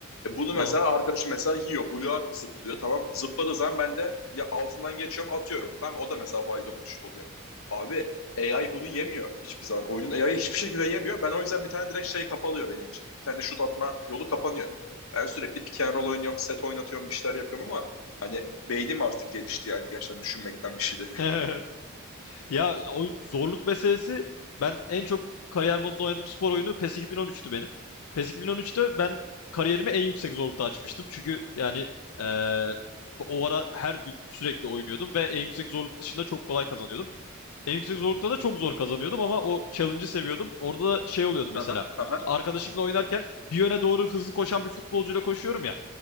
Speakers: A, on the left; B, on the left.
A: E bunu
B: Tamam.
A: mesela arkadaşım mesela yiyor. Buluğa zıplıyor tamam. Zıpladığı zaman ben de ya altından geçiyorum atıyorum. Tamam o da mesela wide open şut oluyor. Abi AI bunu yemiyor hiçbir zaman. Oyunun AI'yi hiçbir şekilde yemiyor. Ben o yüzden bir tane direkt şey kapalıyor benim için. Bir tane şut atma yolu kapanıyor. Ben sürekli pick and roll oynuyorum, set oynatıyorum, bir şeyler yapıyorum ama hani beynim artık gelişti yani gerçekten düşünmekten bir şeyleri.
B: <laughs> Ya o zorluk meselesi ben en çok kariyer modunda oynadığım spor oyunu PES 2013'tü benim. PES 2013'te ben kariyerimi en yüksek zorlukta açmıştım. Çünkü yani eee, o ara her gün sürekli oynuyordum ve en yüksek zorluk dışında çok kolay kazanıyordum. En yüksek zorlukta da çok zor kazanıyordum ama o challenge'ı seviyordum. Orada da şey oluyordu mesela.
A: Aha, aha.
B: Arkadaşımla oynarken bir yöne doğru hızlı koşan bir futbolcuyla koşuyorum ya.